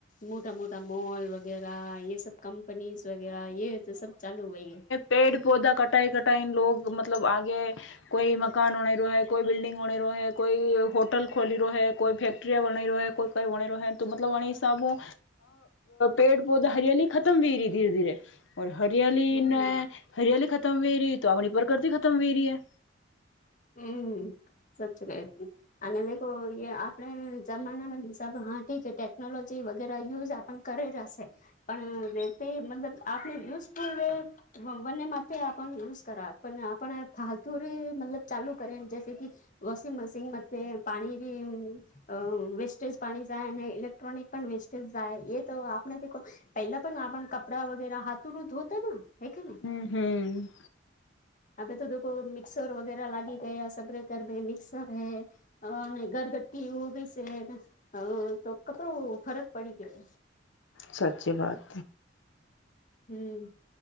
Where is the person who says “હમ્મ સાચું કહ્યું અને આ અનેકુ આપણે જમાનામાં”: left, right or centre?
Left